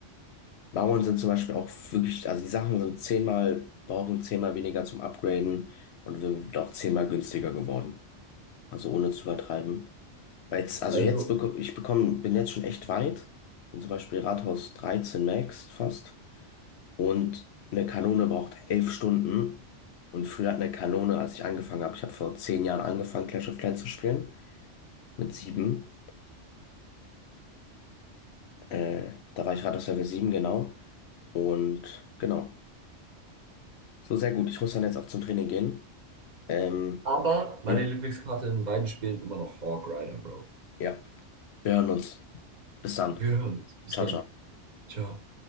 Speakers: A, on the left (about 65°); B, on the right (about 40°).
A: Mauern sind zum Beispiel auch wirklich, also die Sachen sind zehnmal, brauchen zehnmal weniger zum Upgraden und sind auch zehnmal günstiger geworden. Also ohne zu übertreiben. Weil jetzt, also
B: Also,
A: jetzt bekomme ich bekomme, bin jetzt schon echt weit. Ich bin zum Beispiel Rathaus 13 Max fast. Und eine Kanone braucht elf Stunden. Und früher hat eine Kanone, als ich angefangen habe, ich habe vor zehn Jahren angefangen, Clash of Clans zu spielen. Mit sieben. Äh, da war ich Rathaus Level 7 genau. Und genau. So sehr gut. Ich muss dann jetzt auch zum Training gehen. Ähm,
B: aber meine
A: wir,
B: Lieblingskarte in beiden Spielen immer noch Hawk Rider, Bro.
A: ja, wir hören uns. Bis dann.
B: Wir hören uns. Bis
A: Ciao,
B: dann.
A: ciao.
B: Ciao.